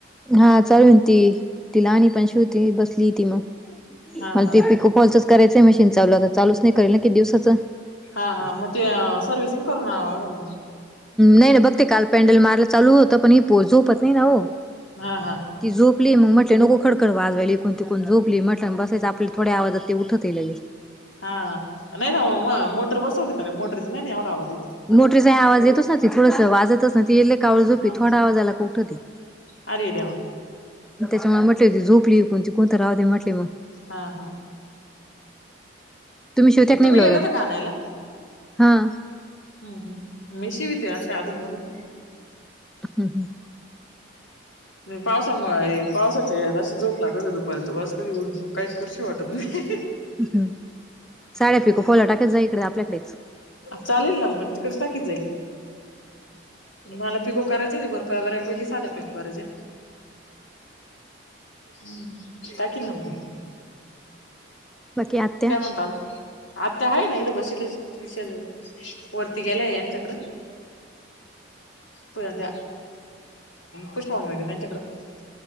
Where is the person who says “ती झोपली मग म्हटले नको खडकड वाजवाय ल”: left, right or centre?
Centre